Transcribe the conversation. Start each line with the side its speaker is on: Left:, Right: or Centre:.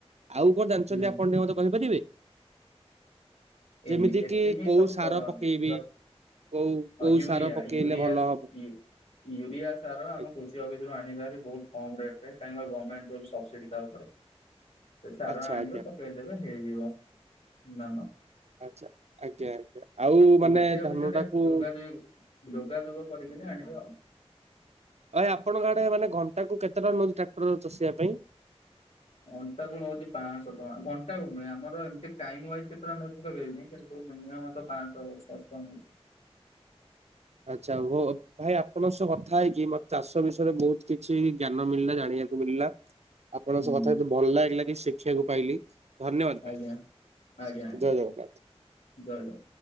Right: ଆଉ କଣ ଜାଣିଛନ୍ତି
Left: ହୁଁ
Right: ଆପଣ ଟିକେ ମତେ କହିପାରିବେ? ଯେମିତି
Left: ଏମିତି ଏତିକି
Right: କି କୋଉ
Left: ସବୁ
Right: ସାର
Left: କରନ୍ତି
Right: ପକେଇବି
Left: ଯ
Right: କୋଉ କୋଉ
Left: ୟୁରିଆ
Right: ସାର ପକେଇଲେ
Left: ୟୁରିଆ
Right: ଭଲ
Left: ସ
Right: ହବ?
Left: ୟୁ ୟୁରିଆ ସାର ଆମ
Right: ଆଜ୍ଞା
Left: କୃଷି ଅଫିସ ରୁ ଆଣିବାର ବହୁତ କମ ରେଟ୍ ରେ କାହିଁନା ଗମେଟ୍ ଦଉଛି ସବସିଡ଼ି ତା ଉପରେ। ସେ ସାର
Right: ଆଚ୍ଛା
Left: ଆଣବେ
Right: ଆଜ୍ଞା
Left: ପକେଇ ଦେବେ ହେଇଯିବ ଧାନ।
Right: ଆଛା ଆଜ୍ଞା ଆଜ୍ଞା ଆଉ
Left: କୃଷି
Right: ମାନେ
Left: ଅଫିସରେ
Right: ଧାନ ଟାକୁ
Left: ଯୋଗାଯୋଗ ଯୋଗାଯୋଗ କରିକିନା ଆଣିବେ ଆଉ।
Right: ଭାଇ ଆପଣଙ୍କ ଆଡେ ମାନେ ଘଣ୍ଟା କୁ କେତେ ଟାଙ୍କା ନଉଛି ଟ୍ରାକ୍ଟର ଚଷିବା ପାଇଁ?
Left: ଘଣ୍ଟା କୁ ନଉଛି ପାଞ୍ଚଶହ ଟଙ୍କା। ଘଣ୍ଟା କୁ ନୁହେଁ ଆମର ଏମତି ଟାଇମ୍ ଓାଇଜା କେତେ ଟଙ୍କା ନଉଚି କହିପାରିବିନି କି ମିନିମମ୍ ତ ପାଞ୍ଚଶହ ଛଅଶହ ନଉଛି।
Right: ଆଛା ଭୋ ଭାଇ ଆପଣଙ୍କ ସହ କଥା ହେଇକି ମତେ ଚାଷ ବିଷୟରେ ବହୁତ କିଛି ଜ୍ଞାନ ମିଳିଲା ଜାଣିବାକୁ ମିଳିଲା। ଆପଣଙ୍କ
Left: ହୁଁ
Right: ସହ କଥା ହେଇକି ଭଲ ଲାଗିଲା କିଛି ଶିଖିବାକୁ ପାଇଲି। ଧନ୍ୟବାଦ ଭାଇ
Left: ଆଜ୍ଞା ଆଜ୍ଞା ଆଜ୍ଞା
Right: ଜୟ ଜଗନ୍ନାଥ।
Left: ଜୟ ଜଗନ୍ନାଥ।